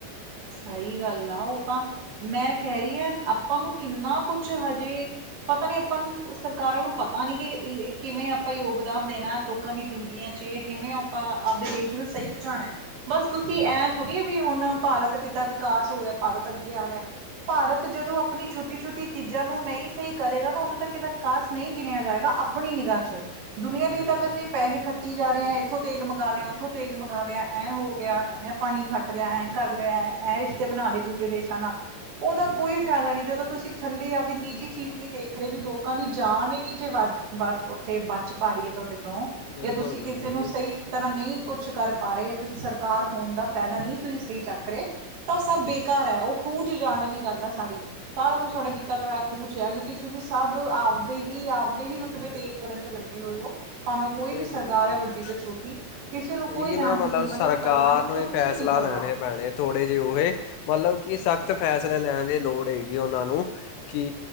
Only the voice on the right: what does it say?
ਸਈ ਗੱਲ ਆ ਉਹ ਤਾ, ਮੈਂ ਕੈ ਰਹੀ ਆਂ ਆਪਾਂ ਨੂੰ ਕਿੰਨਾ ਕੁੱਛ ਹਜੇ ਪਤਾ ਨੀ ਆਪਾਂ ਨੂੰ ਸਰਕਾਰਾਂ ਨੂੰ ਪਤਾ ਨੀ ਕਿ ਕਿਵੇਂ ਆਪਾਂ ਯੋਗਦਾਨ ਦੇਣਾ, ਲੋਕ ਲੋਕਾਂ ਦੀ ਜ਼ਿੰਦਗੀਆਂ ਚ ਇਹ ਹੈ ਕਿਵੇਂ ਆਪਾਂ ਆਪਦੇ ਦੇਸ਼ ਨੂੰ ਸਈ ਪਚਾਣੈ। ਬੱਸ ਤੁਸੀ
ਐ ਥੋੜੀ ਏ ਵੀ ਹੁਨ ਭਾਰਤ ਦਾ ਵਿਕਾਸ ਹੋ ਰਿਆ, ਭਾਰਤ ਅੱਗੇ ਆ ਰਿਆ। ਭਾਰਤ ਜਦੋ ਆਪਨੀ ਛੋਟੀ, ਛੋਟੀ ਚੀਜ਼ਾਂ ਨੂੰ ਨਈ ਸਹੀ ਕਰੇਗਾ ਨਾ ਉਦੋਂ ਤੱਕ ਏਦਾ ਵਿਕਾਸ ਨਈ ਗਿਣਿਆ ਜਾਏਗਾ। ਅਪਨੀ ਨਿਗਾਹ ਚ, ਦੁਨੀਆਂ ਲਈ
ਤਾਂ ਬੱਸ ਪੈਹੇ ਖਰ ਖੱਟੀ ਜਾ ਰਿਆ, ਐਥੋ ਤੇਲ ਮੰਗਾ ਲਿਆ, ਉਥੋ ਤੇਲ ਮੰਗਾ ਲਿਆ, ਐਂ ਹੋਗਿਆ, ਐਂਥੋਂ ਪਾਣੀ ਖੱਟ ਲਿਆ, ਐਂ ਕਰ ਲਿਆ, ਐ ਰਿਸ਼ਤੇ ਬਨਾ ਲਏ ਦੂਜੇ ਦੇਸ਼ਾਂ ਨਾਲ, ਓਹਦਾ
ਕੋਈ ਫੈਦਾ ਨੀ, ਜਦੋ ਤੁਸੀ ਥੱਲੇ ਆਵਦੀ ਨਿੱਜੀ ਚੀਜ਼ ਨੀ ਦੇਖ ਰਹੇ ਵੀ ਲੋਕਾਂ ਦੀ ਜਾਨ ਈ ਨੀ ਜੇ, ਵੱ ਵੱਸ ਉਥੇ ਬੱਚ ਪਾ ਰਹੀ ਐ ਤੁਆਡੇ ਤੋਂ,
ਯਾ ਤੁਸੀ
ਕਿਸੇ ਨੂੰ
ਸਈ ਤਰਾਂ ਨੀ ਕੁੱਛ ਕਰ ਪਾ ਰੇ, ਤੁਸੀ ਸਰਕਾਰ ਹੋਨ ਦਾ ਫਾਯਦਾ ਨੀ ਤੁਸੀ ਸਈ ਚੱਕ ਰਹੇ ਤਾਂ ਉਹ ਸਬ ਬੇਕਾਰ ਐ, ਉਹ ਖੂਹ ਚ ਜਾਨ ਆਲੀ ਗੱਲ ਆ ਸਾਰੀ ਸਾਰਾ ਕੁਛ ਤੁਹਾਡਾ ਕੀਤਾ ਕਰਾਇਆ ਖੂਹ ਵਿੱਚ ਐ ਕਿਉਕਿ ਤੁਸੀ ਸਬ ਆਵਦੇ ਹੀ ਆਵਦੇ ਹੀ ਰੁਤਬੇ ਤੇਜ਼ ਕਰਨ ਚ ਲੱਗੇ ਹੋਏ ਓ। ਭਾਵੇਂ ਕੋਈ
ਵੀ ਸਰਕਾਰ ਐ
ਵੱਡੀ ਤੋ ਛੋਟੀ, ਕਿਸੇ ਨੂੰ ਕੋਈ
ਜਾਨ
ਦੀ ਕੀਮਤ
ਨੀ ਪਰਵਾ ਨੀ
ਪਰਵਾਹ